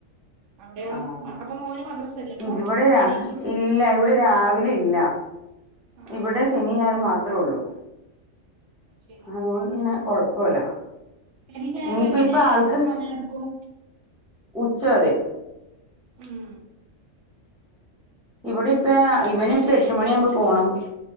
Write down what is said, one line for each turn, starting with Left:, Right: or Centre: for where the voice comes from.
Right: അവിടെയോ
Centre: ആഹ്
Right: അപ്പൊ മോന് മദ്രസല്ല ഇപ്പൊ
Centre: ഇവിടെ
Right: ഇപ്പെണീച്ചൊള്ളൂ
Centre: രാ ഇല്ല ഇവിടെ രാവിലെ ഇല്ല
Right: ആഹ്
Centre: ഇവിടെ ശനിയും ഞായറും മാത്രേ ഒള്ളൂ
Right: ശരി
Centre: അതോണ്ട്
Right: അങ്ങനെയാണല്ലേ
Centre: തന്നെ കൊഴപ്പല്യ
Right: ശനി ഞായറും
Centre: ഇനിയിപ്പ
Right: എങ്ങനെ
Centre: ഇപ്പൊ ആൾക്ക്
Right: എത്ര സമയം എടുക്കും
Centre: ഉച്ച വരെ
Right: ഉം
Centre: ഇവിടിപ്പ
Right: അതെയ
Centre: ഇവനിപ്പ എട്ട് മണി ആവുമ്പോ പോണം